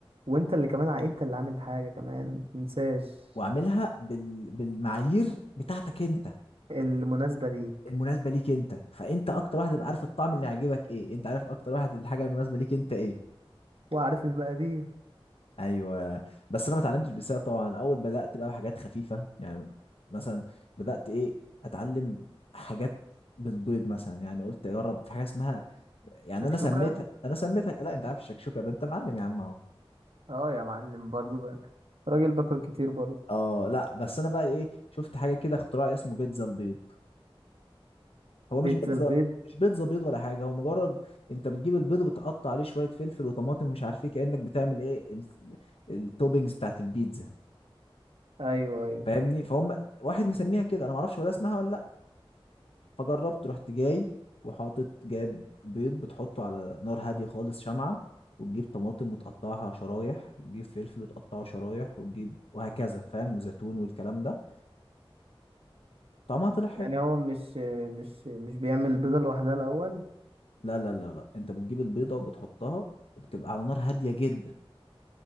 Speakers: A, on the right; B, on the left.
A: وانت اللي كمان ع- انت اللي عامل حاجه كمان متنساش
B: واعملها بال... بالمعايير بتاعتك انت
A: المناسبه ليك
B: المناسبه ليك انت فانت اكتر واحد تبقى عارف الطعم اللي هيعجبك ايه انت عارف اكتر واحد الحاجه المناسبه ليك انت ايه
A: وعارف المقادير
B: ايوه بس انا ما اتعلمتش بسهل طبعا اول بدات بقى بحاجات خفيفه يعني مثلا بدات ايه اتعلم حاجات بالبيض مثلا يعني قلت اجرب في حاجه اسمها يعني
A: شكشوكه
B: انا سميتها انا سميتها لا انت عارف الشكشوكه ده انت معلم يا عم اهو
A: اه يا معلم برضو بقى راجل باكل كتير برضو
B: اه لا بس انا بقى ايه شفت حاجه كده اختراع اسمه بيتزا البيض هو
A: بيتزا
B: مش بيتزا
A: البيض
B: مش بيتزا بيض ولا حاجه هو مجرد انت بتجيب البيض وبتقطع عليه شويه فلفل وطماطم ومش عارف ايه كانك بتعمل ايه ال- التوبينجز بتاعت البيتزا
A: ايوه ايوه
B: فاهمني فهم واحد مسميها كده انا ما اعرفش ولا اسمها ولا لا فجربت رحت جاي وحاطط جايب بيض بتحطه على نار هاديه خالص شمعه وتجيب طماطم وتقطعها شرايح وتجيب فلفل وتقطعه شرايح وتجيب وهكذا فاهم وزيتون والكلام ده طعمها طلع حلو
A: يعني هو مش مش مش بيعمل البيضه لوحدها الاول
B: لا لا لا لا انت بتجيب البيضه وبتحطها وبتبقى على نار هاديه جدا